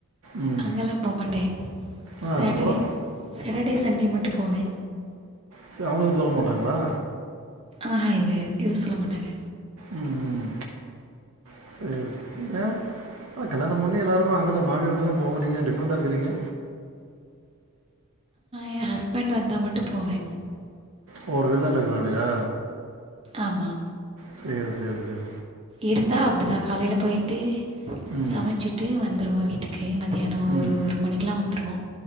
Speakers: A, on the right; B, on the right.
A: ம் ம்
B: அங்கல்லா போ மாட்டே
A: ஆ
B: சேட்டடே
A: அப்புறோ
B: சேட்டடே சண்டே மட்டு போவே
A: செரி அவுங்க எது சொல்ல மாட்டாங்களா
B: ஆஹா இல்ல எது சொல்ல மாட்டாங்க
A: ம் ம் <inaudible> ஆ கல்யாணோ முன்னே எல்லாருமே அங்கதா மாமியார் வீட்டுக்கு தா போவோ நீங்க டிஃப்ரண்டா இருக்குறிங்க
B: ஏன் ஹஸ்பண்ட் வந்தா மட்டு போவே
A: ஓ அவரு வெளி நாட்ல இருக்குறனாலயா
B: ஆமா
A: சேரி சேரி சேரி
B: இருந்தா அப்டிதா காலைல போயிட்டு
A: ம்
B: சமைச்சிட்டு வந்துருவோ வீட்டுக்கு கே மதியானோ
A: ம்
B: ஒரு ஒரு மணிக்குலா வந்துருவோ